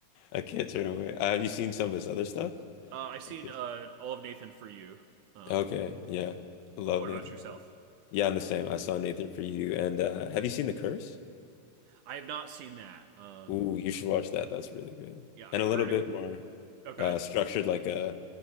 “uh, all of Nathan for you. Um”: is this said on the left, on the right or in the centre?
Right